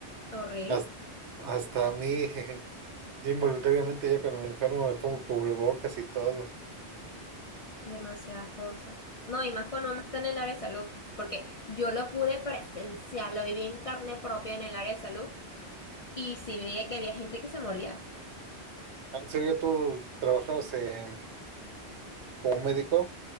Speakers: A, on the left; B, on the right.
A: Horrible.
B: hasta, hasta a mí, <laughs> involuntariamente ya cuando me enfermo me pongo cubrebocas y todo.
A: Demasiadas cosas. No, y más cuando uno está en el área de salud. Porque yo lo pude presenciar, lo viví en carne propia en el área de salud. Y sí veía que había gente que se moría.
B: ¿En serio tú trabajabas en, como médico?